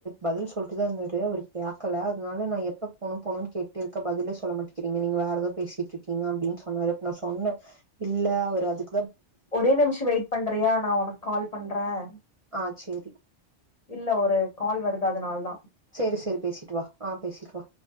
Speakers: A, on the right; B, on the left.
A: பதில் சொல்லிட்டுதான் இருந்தாரு ஒரு கேட்கல அதனால நான் எப்ப போணும் போணும்ன்னு கேட்டுட்டு இருக்கே பதிலே சொல்ல மாட்டேக்கிறீங்க நீங்க வேற ஏதோ பேசிட்டு இருக்கீங்க அப்படின்னு சொன்னாரு அப்ப நான் சொன்னேன் இல்ல அவரு அதுக்கு
B: ஒரே நிமிஷம் வெயிட் பண்றியா நான் உனக்கு கால் பண்றேன்
A: ஆ சேரி
B: இல்ல ஒரு கால் வருது அதனால தான்
A: சரி சரி பேசிட்டு வா ஆஹ் பேசிட்டு வா